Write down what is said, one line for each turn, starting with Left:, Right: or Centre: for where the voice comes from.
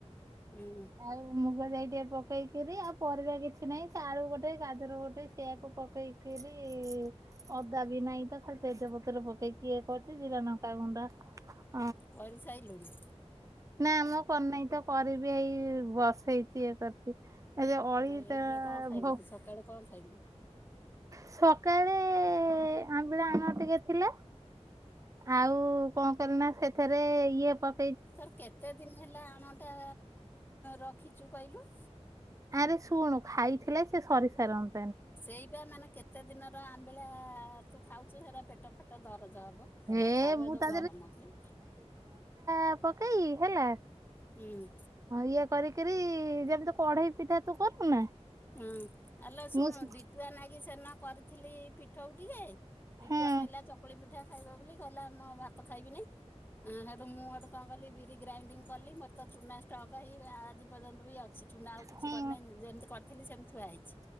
Left: ହୁଁ
Right: ଆଉ ମୁଗ। ଯାଇ ଟିକେ ପକେଇକିରି ଆଉ ପରିବା କିଛି ନାହିଁ ସେ ଆଳୁ ଗୋଟେ ଗାଜର ଗୋଟେ ସେଆକୁ ପକେଇକି। ରି ଅଦା ବି ନାଇ ତ ଖାଲି ତେଜପତ୍ର ପକେଇକି ଇଏ କରିୁଛି ଜିରା ଲଙ୍କା ଗୁଣ୍ଡା। ହ
Left: କରିସାଇଲୁଣୁ।
Right: ନା ମୁ କରିନାହିଁ ତ କରିବି ହେଇ ବସେଇଛି ଇଏ କରିଛି। ଏ ଯୋଉ ଅଳି
Left: ଏଇ
Right: ତ
Left: ଏବେ କଣ ଖାଇଲୁ
Right: ଭୋ
Left: ସକାଳେ କଣ ଖାଇଲୁ?
Right: ସକାଳେ ଆମ୍ବିଳା ଆଣ ଟିକେ ଥିଲା। ଆଉ କଣ କଲି ନା ସେଥିରେ ଇଏ ପ।
Left: ତୋର କେତେ ଦିନ ହେଲା ଆଣଟା ରଖିଛୁ କହିଲୁ?
Right: ଆରେ ଶୁଣୁ ଖାଇଥିଲେ ସେ ସରିସାରନ୍।
Left: ସେଇପା ମାନେ କେତେ ଦିନର ଆମ୍ବିଳା। ତୁ ଖାଉଛୁ ହେରା ପେଟ ଫେଟ ଦରଜ ହବ
Right: ହେ
Left: ବଥା ହବ
Right: ମୁଁ
Left: ଏ ଯୋଉ
Right: ତା
Left: ଗରମକୁ।
Right: ତାକୁ ପକେଇକି ହେଲା।
Left: ହୁଁ।
Right: ଇଏ କରିକିରି ଯେମିତି କଢେଇ ପିଠା ତୁ କରୁନା।
Left: ହୁଁ ଆଲୋ ଶୁଣୁ
Right: ମୁଁ ସେ
Left: ଡିତୁଆ ନାଗି ସେଦିନ କରିଥିଲି ପୀଠଉ ଟିକେ। ଡିଟୁଆ
Right: ହୁଁ
Left: କହିଲା ଚକୁଳି ପିଠା ଖାଇବ ବୋଲି କହିଲା ମୁ ଭାତ ଖାଇବିନି। ଉଁ ହେଟୁ ମୁଁ ହେଟୁ କଣ କଲି ବିରି ଗ୍ରାଇଣ୍ଡିଂ କଲି ମୋର ତ ଚୁନା ଷ୍ଟକ ହେଇ ଆଜି ପର୍ଯ୍ୟନ୍ତ ବି ଅଛି। ସେ ଚୁନା ଆଉ କିଛି
Right: ହୁଁ
Left: କରିନାହିଁ ଯେମିତି କରିଥିଲି ସେମିତି ଥୁଆ ହେଇଛି